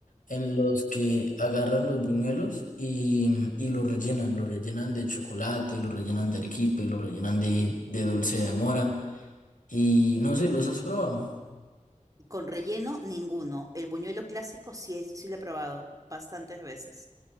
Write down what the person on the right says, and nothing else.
Con relleno, ninguno. El buñuelo clásico sí, es- sí lo he probado bastantes veces.